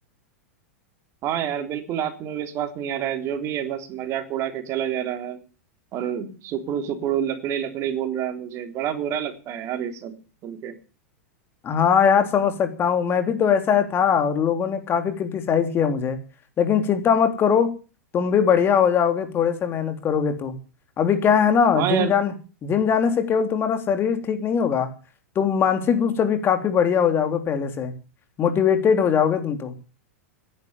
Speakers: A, on the right (about 40°); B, on the left (about 30°).
A: हाँ यार बिल्कुल आत्मविश्वास नहीं आ रहा है जो भी है बस मजाक उड़ा के चला जा रहा है और सुखड़ू सुखड़ू लकड़ी लकड़ी बोल रहा है मुझे बड़ा बुरा लगता है यार ये सब सुन के
B: हाँ यार समझ सकता हूँ मैं भी तो ऐसा है था और लोगों ने काफी क्रिटिसाइज किया मुझे लेकिन चिंता मत करो तुम भी बढ़िया हो जाओगे थोड़े से मेहनत करोगे तो अभी क्या है ना
A: हाँ
B: जिम
A: यार
B: जान जिम जाने से केवल तुम्हारा शरीर ठीक नहीं होगा तुम मानसिक रूप से भी काफी बढ़िया हो जाओगे पहले से मोटिवेटेड हो जाओगे तुम तो